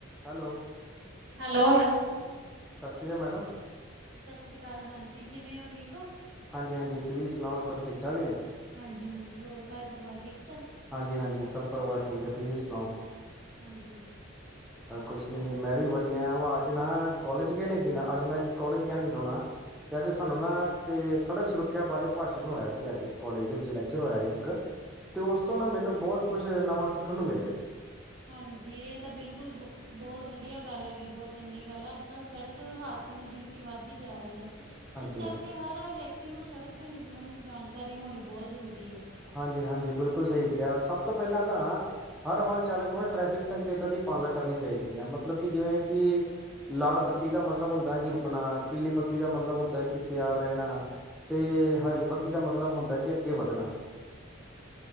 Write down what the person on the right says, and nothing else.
ਹੈਲੋ- ਹੈਲੋ
ਸਤਿ ਸ਼੍ਰੀ ਕਾਲ ਹਾਂਜੀ, ਕਿਵੇਂ ਹੋ ਠੀਕ ਹੋ?
ਹਾਂਜੀ- ਹਾਂਜੀ ਹੋਰ ਘਰ ਪਰਿਵਾਰ ਠੀਕ ਸਭ?
ਹਾਂਜੀ।
ਹਾਂਜੀ ਇਹ ਤਾਂ ਬਿਲਕੁਲ ਬ ਬੋਤ ਵਧੀਆ ਗੱਲ ਹੈਗੀ, ਬੋਤ ਚੰਗੀ ਗੱਲ ਆ ਅੱਜ ਕੱਲ ਸੜਕ, ਇੱਕ ਹਾਦਸਿਆਂ ਦੀ ਗਿਣਤੀ ਵੱਧਦੀ ਜਾ ਰਹੀ ਆ।
ਇਸ ਕਰਕੇ ਹਰ ਵਿਅਕਤੀ ਨੂੰ ਸੜਕ ਦੇ ਨਿਯਮਾਂ ਦੀ ਜਾਣਕਾਰੀ ਹੋਣੀ ਬੋਤ ਜ਼ਰੂਰੀ ਆ।